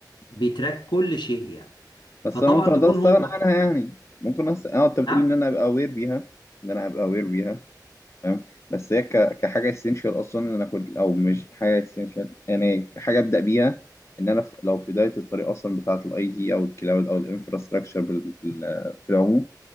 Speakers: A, on the left; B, on the left.
A: بيتراك كل شيء يعني
B: بس
A: فطبعا
B: انا ممكن اقدر
A: بيكون
B: استغنى
A: هو مو-
B: عنها يعني ممكن أص... اه انت بتقول
A: نعم
B: ان انا ابقى اوير بيها ان انا ابقى اوير بيها فاهم بس هي ك... كحاجه اسينشال اصلا ان انا اكل او مش حاجه اسينشال يعني كحاجه ابدا بيها ان انا في... لو في بدايه الطريق اصلا بتاعه الاي تي او الكلاود او الانفراستراكشر بال... بال... في العموم